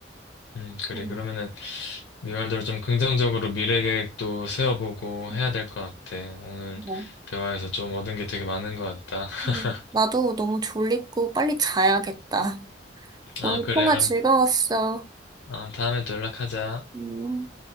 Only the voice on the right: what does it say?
음,
음,
어,
음. 나도 너무 졸립고 빨리 자야겠다. 오늘
통화
즐거웠어.
음.